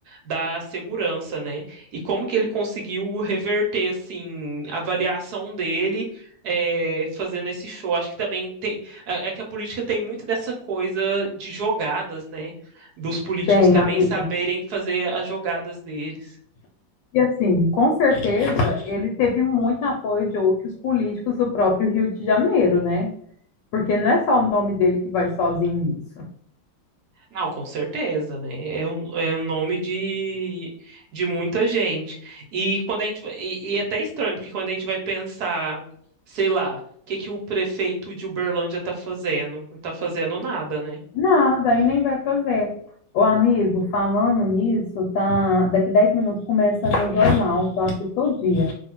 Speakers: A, on the right; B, on the left.
A: da segurança, né? E como que ele conseguiu reverter, assim, a avaliação dele é, fazendo esse show? Acho que também tem. É é que a política tem muito dessa coisa de jogadas, né? Dos políticos
B: Tem,
A: também
B: amigo.
A: saberem fazer as jogadas dele.
B: E assim, com certeza, ele teve muito apoio de outros políticos do próprio Rio de Janeiro, né? Porque não é só o nome dele que vai sozinho nisso.
A: Não, com certeza, né? É um, é um nome de, de muita gente. E quando a gente vai- e, e é até estranho, porque quando a gente vai pensar, sei lá, o que que o prefeito de Uberlândia tá fazendo? Não tá fazendo nada, né?
B: Nada, aí nem vai fazer. Ô, amigo, falando nisso, tá... daqui 10 minutos começa meu jornal, que eu assisto todo dia.